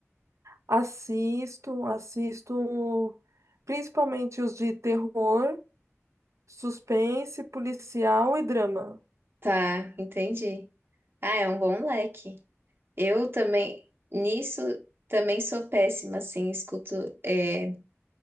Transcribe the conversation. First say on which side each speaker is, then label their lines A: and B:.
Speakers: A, on the right; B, on the right.
A: Assisto, assisto principalmente os de terror, suspense, policial e drama.
B: Tá, entendi. Ah, é um bom leque. Eu também, nisso, também sou péssima, assim, escuto, é,